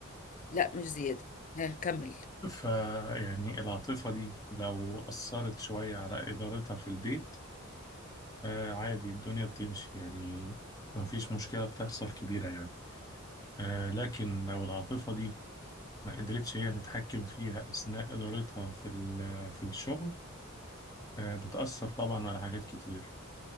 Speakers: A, on the left; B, on the left.
A: لا مش زيادة ها كمل
B: فيعني العاطفه دي لو اثرت شويه على ادارتها في البيت آه عادي الدنيا بتمشي يعني ما فيش مشكله بتحصل كبيره يعني آه لكن لو العاطفه دي ما قدرتش هي تتحكم فيها أثناء إدارتها في ال- في الشغل آه، بتأثر طبعا على حاجات كتير